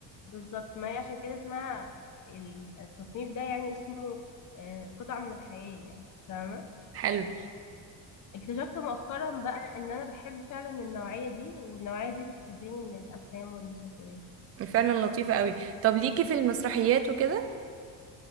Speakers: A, on the left; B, on the right.
A: بالظبط ما هي عشان كده اسمها ال- التصنيف ده يعني اسمه آه، قطعة من الحياة يعني فاهمة
B: حلو
A: فاكتشفت مؤخرا بقى ان انا بحب فعلا النوعية دي والنوعية دي بتشدني من الافلام والمسلسلات
B: فعلا لطيفه قوي طب ليكي في المسرحيات وكده